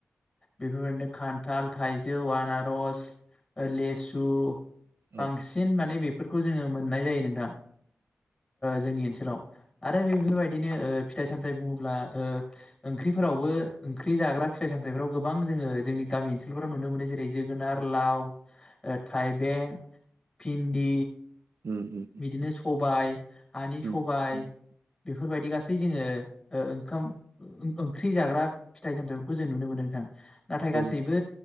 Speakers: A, on the left (about 20°); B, on the right (about 80°).
A: बेफोरबायदिनो खान्थाल थाइजौ आनारस लेसु
B: औ
A: बांसिन माने बेफोरखौ जोङो मोननाय जायो नोंथां जोंनि ओनसोल ओनसोलाव आरो बेफोरबायदिनो फिथाइ सामथायाइ बुङोब्ला ओंख्रिफोरावबो ओंख्रि जाग्रा फिथाइ सामथ फ्राव गोबां जोङो जोंनि गामि ओनसोलफोराव नुनो मोनो जेरै जोगोनार लाव थाइबें भिन्दि
B: उम उम
A: बिदिनो सबाय हानि सबाय
B: उम उम
A: बेफोरबायदि गसि गासै जोङो ओख ओंख्रि जाग्रा फिथाइ सामथथायफोरखौ जों नुनो मोनदों नोंथां नाथाय
B: औ
A: गासैबो